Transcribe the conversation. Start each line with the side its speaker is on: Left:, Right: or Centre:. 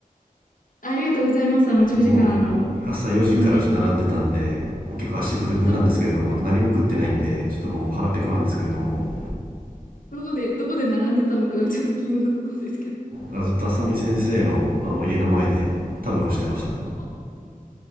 Left: ありがとうございます。あの、長時間、
Right: もう朝4時からちょっと並んでたんでもう結構足ブルブルなんですけれどもあと何も食ってないんでちょっともう腹ペコなんですけれども
Left: あの、並んで、ど、どこで、どこで並んでたのか、ちょっと気になるとこですけど。
Right: あずっと浅見先生のあの家の前でたむろしてました
Left: こ、